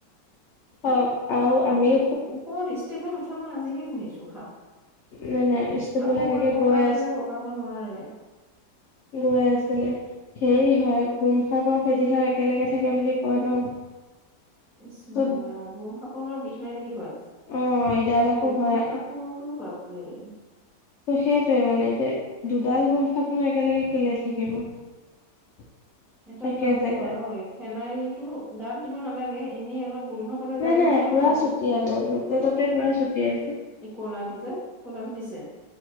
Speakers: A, on the left; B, in the centre.
A: অহ' আৰু আমি
B: ক'ত ষ্টেপত উঠা মই আজিহে শুনিছো। সাপ,
A: নাই নাই ষ্টেপলে
B: আকৌ
A: এনেকে
B: কৈ পকাত
A: গৈ
B: মানে বগাব নোৱাৰে।
A: কি গৈ আছিলে হেৰি হয়, গোম সাপ আৰু ফেটি সাপ একেলগে থাকে বুলি কয় ন'।
B: <inaudible> গোম
A: ত'
B: সাপৰ বাৰু বিষ নাই বুলি কয়। ফেটি
A: অ ইডাল আকৌ ভৰাই
B: সাপ সৰুটো একেই
A: ত' সেইটোৱে মানে এতিয়া দুডাল গোম সাপনো একেলগে কেলে থাকিব। <unintelligible>
B: এটা
A: একে
B: কাম
A: জেগাত
B: কৰা অই, ফেনাইলটো গাত দিব নালাগে এনেই অলপ গোন্ধ পালে
A: নাই
B: যায়
A: নাই
B: বুলি কয়
A: পোৰা
B: ন ফেন-
A: ছটিয়ালে, য'তে-ত'তে পোৰা ছটিয়াই আছো।
B: এই ক'লাটো যে, ক'লাটো দিছে।